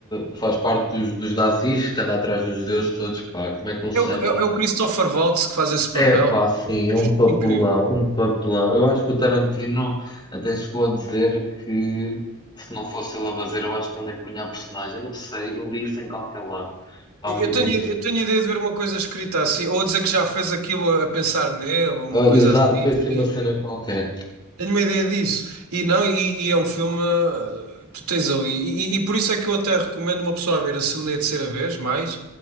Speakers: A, on the left; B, on the right.
A: faz parte dos, dos nazis, que anda atrás dos judeus todos, pá, como é que eles
B: É
A: se chamam?
B: o, é, é o Christopher Waltz que faz esse papel.
A: É pá, sim, é um papelão,
B: Incrível.
A: um papelão. Eu acho que o Tarantino até chegou a dizer que se não fosse ele a fazer, eu acho que ele empunha a personagem. Eu não sei, eu li isso em qualquer lado. Pá,
B: Eu
A: muito
B: eu tenho,
A: interessante.
B: eu tenho ideia de ver uma coisa escrita assim, ou a dizer que já fez aquilo a pensar nele, ou
A: Ah,
B: uma
A: exato,
B: coisa assim.
A: foi assim uma
B: Sim,
A: cena
B: sim.
A: qualquer.
B: Tenho uma ideia disso. E não, e, e é um filme. uh, Tu tens ali. E, e- e por isso é que eu até recomendo uma pessoa a ver a segunda e a terceira vez, mais,